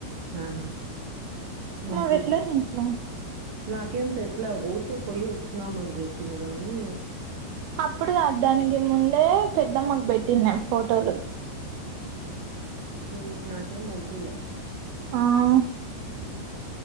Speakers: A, on the right; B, on the right.
A: ఆహా ఊహు
B: పెట్టలే నీకు
A: నాకేం పెట్లా ఊర్. ఓకే పొయి వచ్చినాం అని చెప్పింది గానీ.
B: అప్పుడు కాదు దానికి ముందే పెద్దమ్మకు పెట్ట్ పెట్టిన. ఫోటోలు.
A: చూద్ నాకేం పంపియలే.
B: ఆహ్